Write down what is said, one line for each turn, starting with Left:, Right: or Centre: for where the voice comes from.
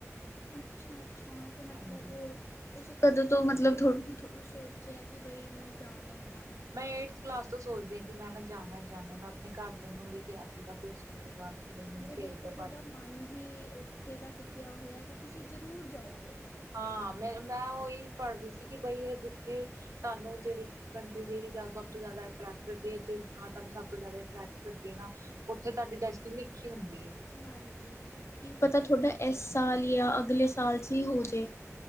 Left: ਅੱਛਾ ਅੱਛਾ ਤੇ ਮੱਤਲਬ
Right: ਹਾਂਜੀ
Left: ਉਹ ਤੁਸੀਂ ਕਦੋਂ ਤੋਂ ਮੱਤਲਬ ਥੋ ਸੋਚਿਆ ਕਿ ਬਈ ਮੈਂ ਜਾਣਾ ਇੱਦਾਂ
Right: ਮੈਂ ਏਟਥ ਕਲਾਸ ਤੋਂ ਸੋਚਦੀ ਹਾਂ ਕਿ ਮੈਂ ਨਾ ਜਾਣਾ ਐ ਜਾਣਾ ਮੈਂ ਆਪਣੇ ਘਰਦਿਆਂ ਨੂੰ ਵੀ ਕਿਆ ਸੀਗਾ ਪਲੱਸ ਟੂ ਤੋਂ ਬਾਅਦ ਕਿ ਬਈ ਮੈਨੂੰ
Left: ਜੇ
Right: ਭੇਜ
Left: ਦੇਖੋ
Right: ਦੋ
Left: ਤੁਹਾਡਾ
Right: ਪਰ
Left: ਮਨ ਹੀ ਉੱਥੇ ਦਾ ਟਿੱਕਿਆ ਹੋਇਆ ਤੇ ਤੁਸੀਂ ਜ਼ਰੂਰ ਜਾਓਗੇ
Right: ਹਾਂ ਮੈਂ ਮੈਂ ਉਹੀ ਪੜ੍ਹ ਰਹੀ ਸੀ ਕਿ ਬਈ ਇਹ ਜਿੱਥੇ ਤੁਹਾਨੂੰ ਜਿਹੜੀ ਕੰਟਰੀ ਜਿਹੜੀ ਸਭ ਤੋਂ ਜ਼ਿਆਦਾ ਅਟਰੈਕਟ ਕਰਦੀ ਹੈ ਜਿਹੜੀ ਥਾਂ ਤੁਹਾਨੂੰ ਸਭ ਤੋਂ ਜ਼ਿਆਦਾ ਅਟਰੈਕਟ ਕਰਦੀ ਐ ਨਾ ਉੱਥੇ ਤੁਹਾਡੀ ਡੈਸਟਿਨ ਲਿਖੀ ਹੁੰਦੀ ਏ
Left: ਹਾਂਜੀ ਕੀ ਪਤਾ ਤੁਹਾਡਾ ਇਸ ਸਾਲ ਜਾਂ ਅਗਲੇ ਸਾਲ ਚ 'ਈ ਹੋ ਜੇ।